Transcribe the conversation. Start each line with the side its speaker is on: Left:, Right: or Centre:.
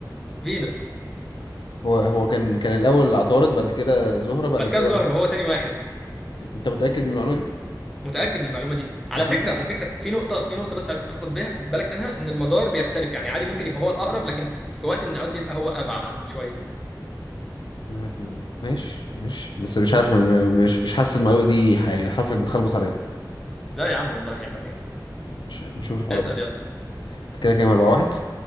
Centre: فينوس
Left: هو هو كان كان الاول عطارد بعد كده زهره بعد
Centre: بعد
Left: كده
Centre: كده الزهرة هو تاني واحد
Left: انت متاكد من المعلومه دي
Centre: متأكد من المعلومة دي على
Left: انا حاسس
Centre: فكرة
Left: م-
Centre: على فكرة في نقطة في نقطة بس عايزك تاخد بيها- بالك منها ان المدار بيختلف يعني عادي ممكن يبقى هو الأقرب لكن في وقت من الأوقات بيبقى هو أبعد شوية يعني
Left: م- ماشي ماشي بس مش عارف م- مش مش حاسس المعلومه دي حي- حاسسك بتخلبص عليا
Centre: لا يا عم والله عيب عليك
Left: مش نشوف الحوار
Centre: اسأل
Left: ده
Centre: يلا
Left: انت كده كام أربعة واحد